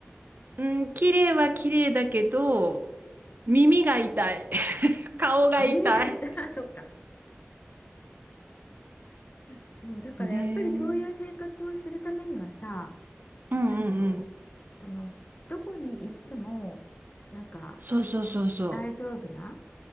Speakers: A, on the right; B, on the left.
A: ー、うん、綺麗は綺麗だけど、耳が痛い。<laughs> 顔が痛い。
B: あ、耳が痛いた。<laughs> そっか。そう、だからやっぱりそういう生活をするためにはさ、
A: ねえ。うんうんうん。
B: なんだろう、その、どこに行っても、なんか
A: そうそうそうそ
B: 大丈夫な、